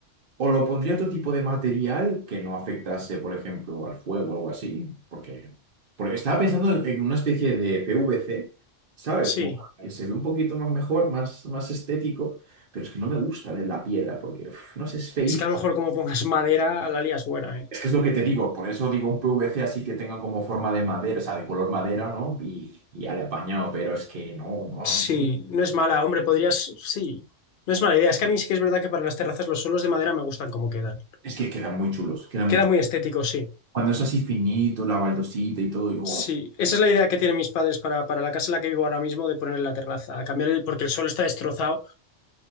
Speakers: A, on the right; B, on the left.
A: O lo pondría otro tipo de material que no afectase, por ejemplo, al fuego o algo así, porque, porque estaba pensando en una especie de PVC, ¿sabes?
B: Sí.
A: Como que se ve un poquito más mejor, más, más estético, pero es que no me gusta de la piedra, porque, uf, no sé, es feísimo.
B: Es que a lo mejor como pongas madera, la lías buena, ¿eh?
A: Es que es lo que te digo, por eso digo un PVC así que tenga como forma de madera, o sea, de color madera, ¿no? Y, y ya le he apañado, pero es que no, no,
B: Sí,
A: no.
B: no es mala, hombre, podrías. Sí. No es mala idea. Es que a mí sí que es verdad que para las terrazas los suelos de madera me gustan como quedan.
A: Es que quedan muy chulos, quedan
B: Queda
A: muy chulos.
B: muy estético, sí.
A: Cuando es así finito, la baldosita y todo, y, oh.
B: Sí, esa es la idea que tienen mis padres para, para la casa en la que vivo ahora mismo, de poner en la terraza, cambiar el, porque el suelo está destrozado